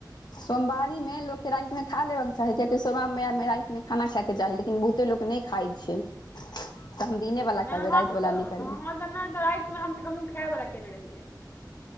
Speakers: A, on the left (about 65°); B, on the left (about 30°).
A: सोमवारी में लोक के राईत मे खा लेबे के चाही कियाकि सोमा मैया में राइत मे खाना खाय के चाही, लेकिन बहुते लोक नैय खाइ छै तऽ हम दिने
B: ओ,
A: वला
B: नहि
A: करबै, राइत वला नैय करबै।
B: हम बना क राइत त हम-हमहुँ खाय बला केने रहियै।